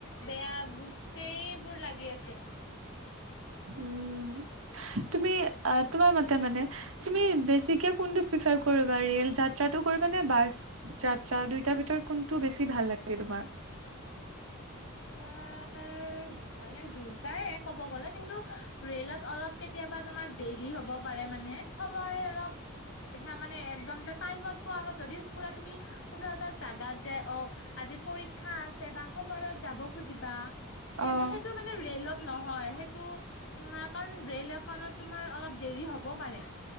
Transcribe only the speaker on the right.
উম।
তুমি আহ? তোমাৰ মতে মানে তুমি বেছিকে কোনটো প্ৰিফাৰ কৰিবা? ৰেল যাত্ৰাটো কৰিবা নে বাছ যাত্ৰা? দুইটাৰ ভিতৰত কোনটো বেছি ভাল লাগে তোমাৰ?
অ',